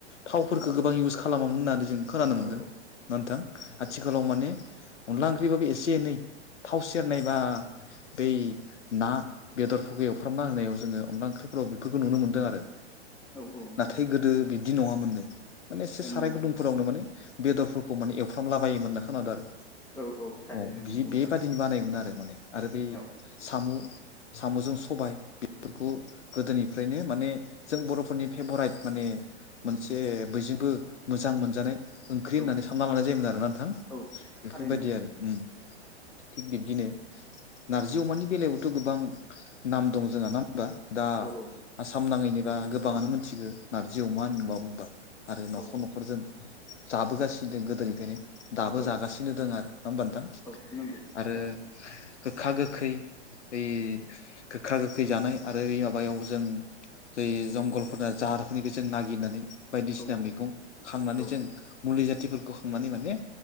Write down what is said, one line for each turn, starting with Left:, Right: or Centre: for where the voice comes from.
Left: थावफोरखौ गोबां इउस खालामोमोन होननानै जों खोनानो मोनदों
Centre: औ औ
Left: न नथां आथिखालाव माने अनला ओंख्रिबाबो एसे एनै थाव सेरनायबा बेै ना बेदरफोरखौफोरखौ एवफ्रामना होनायाव जोङो अनला ओंख्रिफोराव बेफोरखौ नुनो मोनदों आरो
Centre: औ औ नंगौ
Left: नाथाय गोदो बिदि नङामोननो माने एसे साराय
Centre: नोङा
Left: गुदुं फोरावनो माने बेदरफोरखौ माने एवफ्रामला बोमोन नना खोनादों आरो
Centre: औ औ थारैनो
Left: औ
Centre: नंगौ
Left: बि
Centre: नोंथां
Left: बेबादिनो बानायोमोन आरो माने आरो बै
Centre: औ
Left: साम' साम'जों सबाय बेफोरखौ गोदोनिफ्रायनो माने जों बर'फोरनि फेभराइट माने मोनसे बयजोंबो मोजां मोनजानाय ओंख्रि
Centre: औ
Left: होननानै सानना लानाय जायोमोन आरोना नोंथां
Centre: औ थारैनो
Left: बेफोरबायदि
Centre: नंगौ
Left: आरो
Centre: नोंथां
Left: थिग बिबदिनो नारजि अमानि बेलायावथ' गोबां नाम दं जोंहा ना होनबा दा
Centre: औ औ
Left: आसाम नाङैनोबा गोबाङानो मोनथिगौ नारजि अमा होनबा बुंबा आरो न'खर
Centre: औ
Left: न'खर जों जाबोगासिनो द गोदोनिफ्रायनो दाबो
Centre: औ
Left: जागासिनो दं आरो खालामबान्दां
Centre: औ नंगौ
Left: आरो
Centre: थारैनो
Left: गोखा गोखै ओइ गोखा गोखै जानाय आरो बे माबायाव जों जै जंगलफोरना जाहारफोरनिखौ जों नागिरनानै बायदिसिना
Centre: औ औ
Left: मैगं खांनानै
Centre: औ
Left: जों मुलि जाथिफोरखौ खांनानै माने